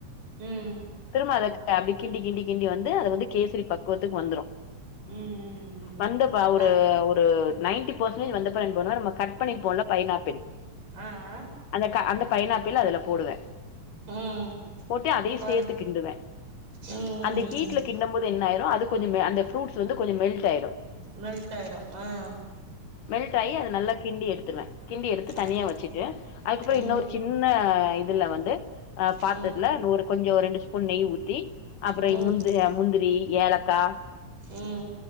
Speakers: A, on the right (about 75°); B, on the left (about 75°).
A: ம்
B: திரும்ப அத அப்பிடி கிண்டி கிண்டி கிண்டி வந்து அத வந்து கேசரி பக்குவத்துக்கு வந்துரு
A: ம் ம்
B: வந்தப் ப ஒரு
A: ல
B: ஒரு நைன்ட்டி பர்சன்டேஜ் வந்தப்ற என்ன பண்ணுவே நம்ம கட் பண்ணிருப்போல்ல பைனாப்பிள்
A: ஆ அ
B: அந்த க அந்த பைனாப்பிள அதுல போடுவே
A: ம்
B: போட்டு அதயு
A: பாரு
B: சேத்து கிண்டுவே
A: ம் ம்
B: அந்த
A: ம்
B: ஹீட்ல கிண்டம் போது என்னாயிரு அது கொஞ்சோ மே அந்த ஃப்ரூட்ஸ் வந்து கொஞ்சோ மெல்ட் ஆயிரு
A: மெல்ட்டாயிரு அ
B: மெல்ட்டாயி அது நல்லா கிண்டி எடுத்துருவே கிண்டி எடுத்து தனியா
A: ஆ
B: வெச்சிட்டு அதுக்கப்றோ
A: ம்
B: இன்னோரு சின்ன இதுல வந்து ஆ பாத்தர்த்துல
A: ம் ம்
B: நூறு கொஞ்சோ ரெண்டு ஸ்பூன் நெய் ஊத்தி அப்றோ
A: ம்
B: இ முந்
A: ம்
B: து அ முந்திரி ஏலக்கா
A: ம்